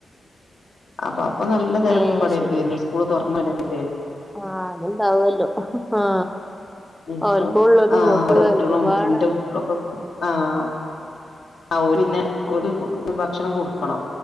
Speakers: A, on the left; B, in the centre.
A: അപ്പൊ അപ്പൊ നല്ലതിരക്കും
B: ഏഹ്
A: പടയൊക്കെരുന്നു
B: ശരി
A: സ്കൂള് തുറന്ന <unintelligible>
B: ആഹ് അത്ണ്ടാവുല്ലോ ആഹ്
A: ഇപ്പം
B: ഓൽക്കുള്ളതും
A: ആഹ്
B: ഇങ്ങക്കുള്ളതും
A: ഓരെ കുട്ട്യേളും
B: എല്ലതുംപാടെ
A: ന്റെ കുട്ട്യേളൊപ്പം ആഹ് ആ ഒരിന്നെ ഓര് ഭക്ഷണം കൊടുക്ക ക്കണം.